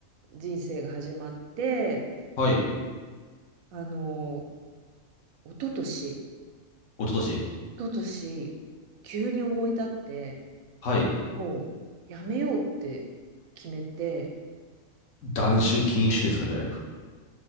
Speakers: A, on the right; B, on the left.
A: 人生が始まって、
B: はい。一
A: あの、一昨年、
B: 昨年。
A: 一昨年、急に思い立って、
B: はい。
A: もうやめようって決めて、
B: 断酒禁酒ですか、いわゆる。